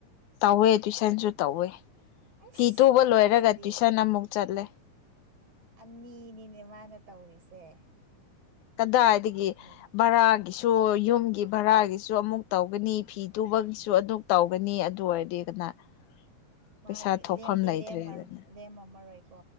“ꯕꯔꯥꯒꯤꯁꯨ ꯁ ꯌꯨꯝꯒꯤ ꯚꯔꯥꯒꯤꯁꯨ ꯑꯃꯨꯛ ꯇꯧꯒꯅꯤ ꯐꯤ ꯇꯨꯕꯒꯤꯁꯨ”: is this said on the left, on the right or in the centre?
Left